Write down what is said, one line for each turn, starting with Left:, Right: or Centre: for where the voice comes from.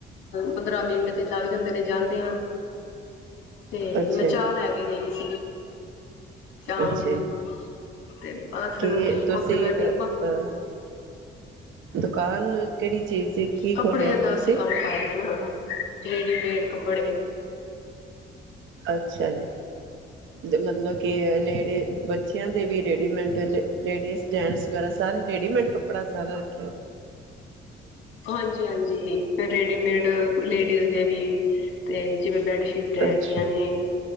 Left: ਪੰਦਰਾਂ ਮਿੰਟ ਤੇ ਲੱਗ ਜਾਂਦੇ ਨੇ ਜਾਂਦਿਆਂ। ਤੇ
Right: ਅੱਛਾ
Left: ਮੈਂ ਚਾਹ ਲੈ ਕੇ ਗਈ ਸੀ ਸ਼ਾਮ
Right: ਅੱਛਾ
Left: ਦੀ
Right: ਜੀ,
Left: ਤੇ ਬਸ
Right: ਕੀ ਤੁਸੀਂ
Left: ਉਓਥੇ ਬੈਠੀ।
Right: ਅ ਅ ਦੁਕਾਨ। ਕਿਹੜੀ ਚੀਜ਼ ਦੀ ਕੀ
Left: ਕੱਪੜਿਆਂ
Right: ਖੋਲਿਆ ਵੇ
Left: ਦਾ
Right: ਤੁਸੀਂ?
Left: ਅਸੀਂ ਕੰਮ ਪਾਇਆ ਹਨਾ ਰੇਡੀਮੇਡ। ਕੱਪੜੇ।
Right: ਅੱਛਾ ਜੀ ਮਤਲਬ ਕਿ ਲੇਡੀ ਬੱਚਿਆਂ ਦੇ ਵੀ ਰੇਡੀ ਲੇਡੀਜ਼ ਜੈਂਟਸ ਵਗੈਰਾ ਸਾਰੇ ਰੇਡੀਮੇਡ ਕਪੜਾ ਸਾਰਾ ਰੱਖ
Left: ਹਾਂਜੀ ਹਾਂਜੀ ਰੇਡੀਮੇਡ ਲੇਡੀਜ਼ ਦੇ ਵੀ ਤੇ ਜਿਵੇਂ ਬੈਡਸ਼ੀਟ ਹੈਗੀਆਂ
Right: ਅੱਛਾ,
Left: ਨੇ